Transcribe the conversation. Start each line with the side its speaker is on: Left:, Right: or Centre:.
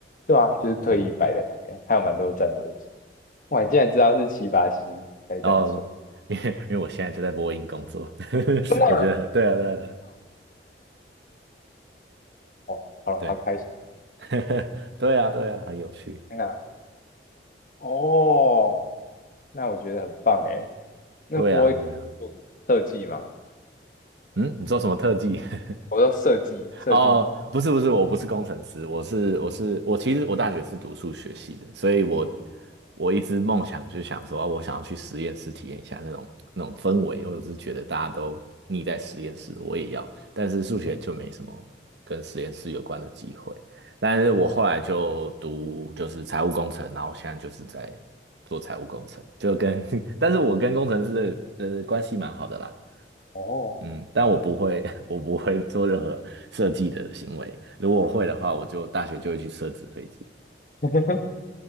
Left: 对啊，就是特意摆在那边，
Right: 嗯
Left: 还有蛮多战斗机，
Right: 嗯，
Left: 哇，你竟然知道是七八七在展出，
Right: 然后因为因为我现在就在波音工作，<laughs>
Left: 真的
Right: 我觉得对啊对啊对啊
Left: 哦，好好开心，
Right: 对，<laughs> 对啊对啊，很有趣，
Left: 天哪，哦，那我觉得很棒，哎，那波音做什么设计吗？
Right: 对啊对啊，嗯，你做什么特技？<laughs>
Left: 我说设计设计，
Right: 哦，不是不是，我不是工程师，我是我是我，其实我大学是读数学系的，所以我我一直梦想就想说，啊我想要去实验室体验一下那种那种氛围，因为我是觉得大家都腻在实验室，我也要，但是数学就没什么跟实验室有关的机会。但是我后来就读就是财务工程，然后我现在就是在做财务工程，就跟 <laughs>，但是我跟工程师的呃关系蛮好的啦。
Left: 哦。
Right: 嗯，但我不会，<laughs> 我不会做任何设计的行为。如果我会的话，我就大学就会去设置飞机。
Left: <laughs>